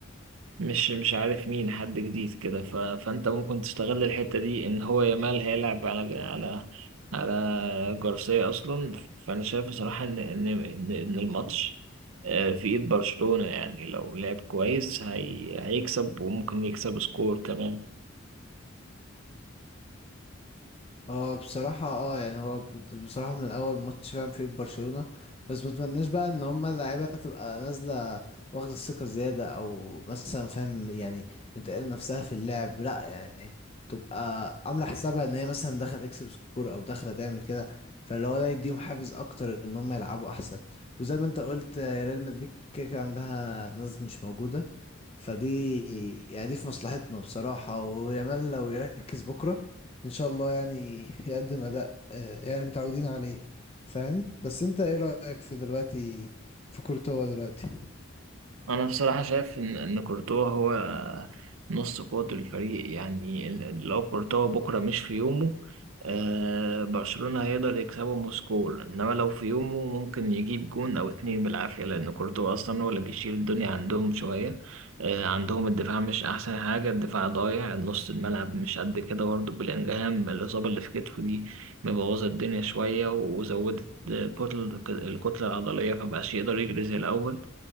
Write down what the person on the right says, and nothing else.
مش مش عارف مين حد جديد كده ف... فأنت ممكن تستغل الحتة دي إن هو يامال هيلعب على على على جارسيا أصلا فأنا شايف بصراحة إن إن إن إن الماتش آه، في إيد برشلونة يعني لو لعب كويس هي... هيكسب وممكن يكسب سكور كمان
انا بصراحه شايف ان ان كورتوا هو نص قوة الفريق يعني ال- ال- لو كورتوا بكره مش في يومه آه برشلونه هيقدر يكسبه مسكول انما لو في يومه ممكن يجيب جون او اتنين بالعافيه لان كورتوا اصلا هو اللي بيشيل الدنيا عندهم شويه آه عندهم الدفاع مش احسن حاجه الدفاع ضايع نص الملعب مش قد كده برضه بلينجهام الاصابه اللي في كتفه دي مبوظه الدنيا شويه وزودت الكتل الكتله العضليه فمبقاش يقدر يجري زي الاول